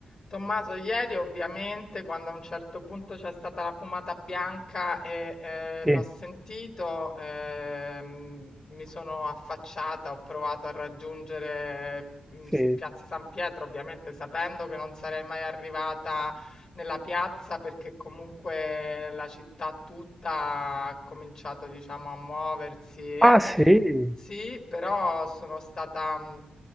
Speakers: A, on the left; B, in the centre.
A: Tommaso, ieri ovviamente quando a un certo punto c'è stata la fumata bianca e eh,
B: Sì,
A: l'ho sentito, ehm, mi sono affacciata, ho provato a raggiungere mm, s-
B: sì.
A: Piazza San Pietro, ovviamente sapendo che non sarei mai arrivata nella piazza perché comunque la città tutta ha cominciato, diciamo, a muoversi, eh.
B: Ah sì,
A: Sì, però sono stata, mhmm,